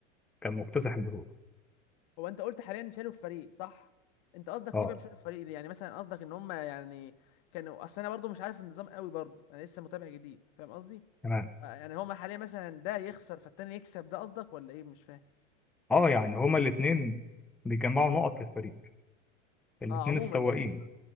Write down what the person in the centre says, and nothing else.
كان مكتسح البطوله
اه
تمام
اه يعني هما الاثنين بيجمعوا نقط للفريق الاثنين
السواقين